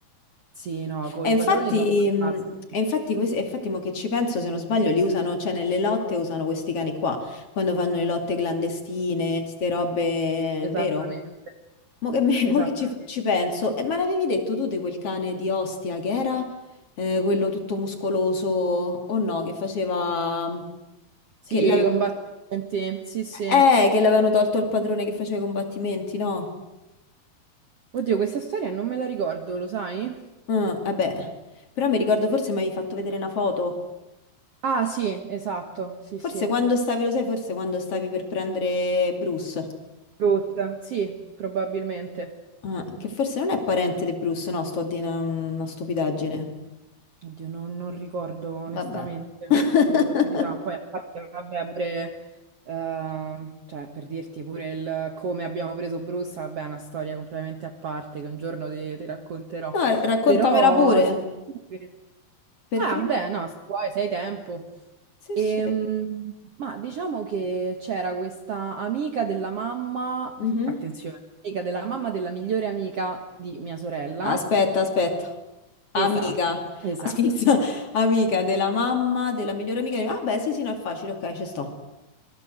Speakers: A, on the right (about 55°); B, on the left (about 40°).
A: sì, no, con
B: E
A: i
B: infatti,
A: padroni sono fantastici.
B: mh, e infatti, questi- e infatti mo che ci penso, se non sbaglio, li usano, cioè nelle lotte usano questi cani qua, quando fanno le lotte clandestine, ste robe,
A: Esattamente,
B: vero? Mo che, me-
A: esattamente.
B: mo che ci, ci penso, eh, ma l'avevi detto tu di quel cane di Ostia che era eh, quello tutto muscoloso o no, che faceva...
A: Sì,
B: che l'aveva...
A: i combattimenti, sì, sì.
B: Eh, che l'avevano tolto al padrone che faceva i combattimenti, no?
A: Oddio, questa storia non me la ricordo, lo sai?
B: Ah, vabbè. Però mi ricordo forse mi avevi fatto vedere una foto.
A: Ah, sì, esatto, sì,
B: Forse
A: sì.
B: quando stavi, lo sai, forse quando stavi per prendere Bruce.
A: Ruth, sì, probabilmente.
B: Ah, che forse non è parente di Bruce, no? Sto a dire una, una stupidaggine.
A: Oddio, non, non ricordo onestamente,
B: Vabbè. <laughs>
A: se dico la verità. Poi, a parte, vabbè, pure, eh, cioè, per dirti pure il come abbiamo preso Bruce, vabbè, è una storia completamente a parte che un giorno ti, ti racconterò.
B: No, ra- raccontamela
A: Però,
B: pure.
A: sì, sì.
B: Perché?
A: ah, beh, no, se vuoi, se hai tempo.
B: Sì,
A: Ehm,
B: sì.
A: ma diciamo che c'era questa amica della mamma,
B: Mhm.
A: attenzione, amica della mamma della migliore amica di mia sorella.
B: Aspetta, aspetta. Amica.
A: Esatto, esatto.
B: Aspetta. <laughs> Amica della mamma, della migliore amica. di- Ah, beh, sì, sì, no, è facile, ok, ci sto.